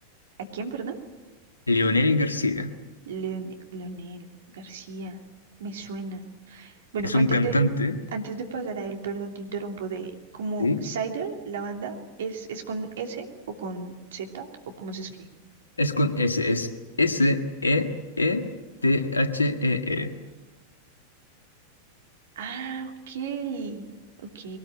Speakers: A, on the right; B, on the left.
A: ¿A quién, perdón?
B: Leonel García
A: Leone- Leonel García. Me suena. Bueno,
B: es
A: antes
B: un cantante,
A: de, antes de pasar a él, perdón, te interrumpo de como
B: ¿Sí?
A: Cider, la banda, ¿es, es con S o con Z o cómo se escribe?
B: es con S, es S-E-E-T-H-E-R.
A: Ah, ok. Ok,